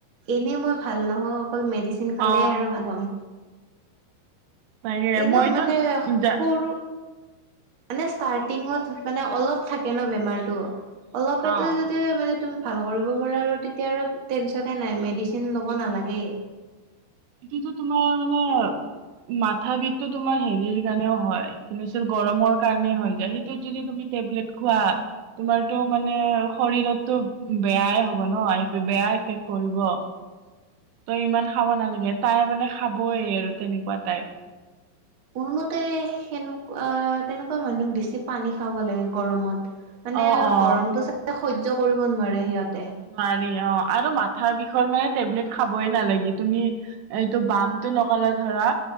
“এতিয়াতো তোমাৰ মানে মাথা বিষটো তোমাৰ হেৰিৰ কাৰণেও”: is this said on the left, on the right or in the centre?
Right